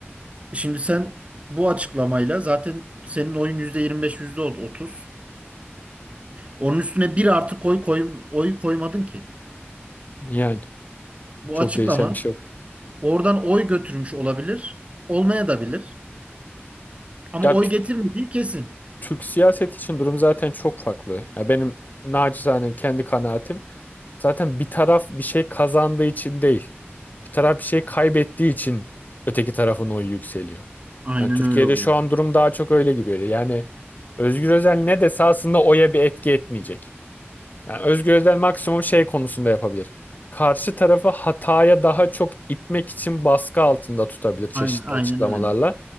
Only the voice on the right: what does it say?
Şimdi sen bu açıklamayla zaten senin oyun %25, %30. Onun üstüne bir artı koy, koy oy koymadın ki.
Bu
açıklaman
oradan oy götürmüş olabilir. Olmaya da bilir. Ama
oy
getirmediği kesin.
Aynen
öyle oluyor.
Aynen, aynen
öyle.